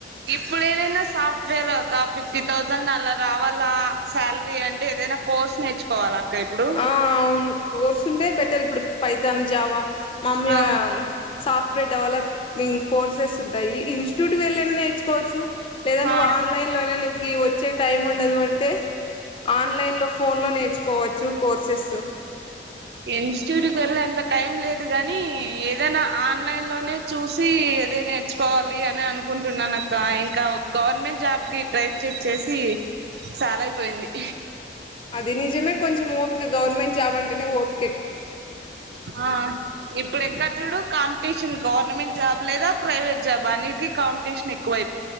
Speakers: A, on the right; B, on the left.
A: ఇప్పుడు ఏదైనా సాఫ్ట్వేర్ ఒక ఫిఫ్టీ థౌజండ్ అలా రావాలా శాలరీ అంటే ఏదైనా కోర్స్ నేర్చుకోవాల ఇప్పుడు
B: ఆ అవును కోర్స్ ఉండే బెటర్ ఇప్పుడు ఫైతాన్ జావా మామూలుగా
A: ఆ
B: సాఫ్ వేర్ డెవలమింగ్ కోర్సెస్ ఉంటాయి ఇన్స్టిట్యూట్ వెళ్ళైనా నేర్చుకోవచ్చు లేదా నువ్వు
A: ఆ
B: ఆన్లైన్ లో నైన నీకు కి వచ్చే టైం ఉండదు అంటే ఆన్లైన్లో ఫోన్లో నేర్చుకోవచ్చు కోర్సెసు
A: ఇన్స్టిట్యూట్ కు వెళ్ళే అంత టైం లేదు గాని ఏదైనా ఆన్లైన్ లోనే చూసి ఏదే నేర్చుకోవాలి అని అనుకుంటున్నాను అక్క ఇంకా గవర్నమెంట్ జాబ్ కి ట్రై చేసి చ్చేసి చాలయిపోయింది
B: అది నిజమే కొంచెం ఓపిక గవర్నమెంట్ జాబ్ అంటేనే ఓపి
A: ఆ ఇప్పుడు ఎక్కడ చూడు కాంపిటీషన్ గవర్నమెంట్ జాబ్ లేదా ప్రైవేట్ జాబ్ అన్నిటికి కాంపిటీషన్ ఎక్కువై